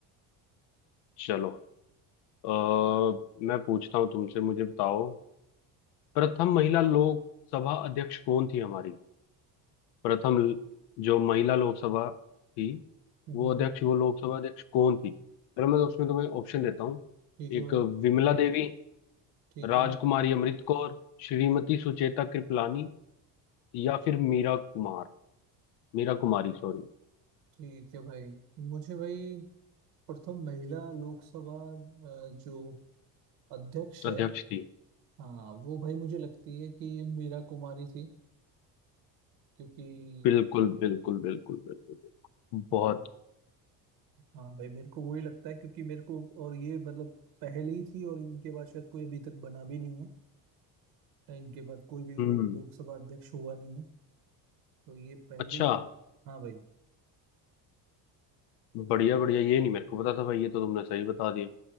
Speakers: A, on the left; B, on the right.
A: चलो अ, मैं पूछता हूँ तुमसे मुझे बताओ प्रथम महिला लोकसभा अध्यक्ष कौन थी हमारी प्रथम ल- जो महिला लोकसभा थी
B: हम्म,
A: वो
B: हम्म,
A: अध्यक्ष
B: हम्म,
A: वो लोकसभा अध्यक्ष कौन थी अगर मैं तो उसमें तुम्हें ऑप्शन देता हूँ
B: ठीक है
A: एक
B: भाई
A: विमला देवी
B: ठीक
A: राजकुमारी
B: है
A: अमृत कौर श्रीमती सुचेता कृपलानी या फिर मीरा कुमार मीरा कुमारी सॉरी
B: ठीक है भाई मुझे भाई प्रथम महिला लोकसभा अ, जो अध्यक्ष
A: अध्यक्ष
B: है
A: थी
B: हाँ वो भाई मुझे लगती है कि मीरा कुमारी थी क्योंकि
A: बिल्कुल बिल्कुल बिल्कुल बिल्कुल बिल्कुल
B: हाँ
A: बहुत
B: हाँ भाई मेरे को वही लगता है क्योंकि मेरे को और ये मतलब पहले ही थी और इनके बाद शायद कोई अभी तक बना भी नहीं है इनके बाद कोई भी
A: हम्म
B: और लोकसभा अध्यक्ष हुआ नहीं है तो ये पहले
A: अच्छा
B: ही हाँ भाई
A: बढ़िया बढ़िया ये नहीं मेरे को पता था भाई ये तो तुमने सही बता दिया